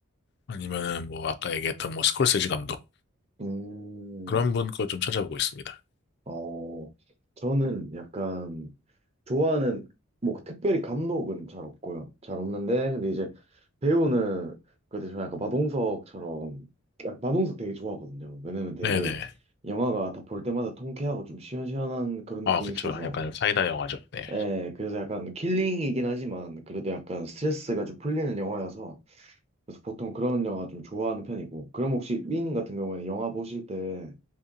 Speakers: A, on the left; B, on the right.
A: 아니면은 뭐, 아까 얘기했던 뭐, 스콜세지 감독.
B: 음,
A: 그런 분 거 좀 찾아보고 있습니다.
B: 어, 저는 약간 좋아하는, 뭐, 특별히 감독은 잘 없고요. 잘 없는데, 근데 이제 배우는, 그래도 저는 약간 마동석처럼, 약- 마동석 되게 좋아하거든요. 왜냐면 되게
A: 네네.
B: 영화가 다 볼 때마다 통쾌하고 좀 시원시원한 그런 느낌이
A: 아, 그쵸.
B: 있어서,
A: 약간 사이다 영화죠. 네.
B: 예, 그래서 약간 킬링이긴 하지만, 그래도 약간 스트레스가 좀 풀리는 영화여서, 그래서 보통 그런 영화 좀 좋아하는 편이고, 그럼 혹시 윙 같은 경우에는 영화 보실 때,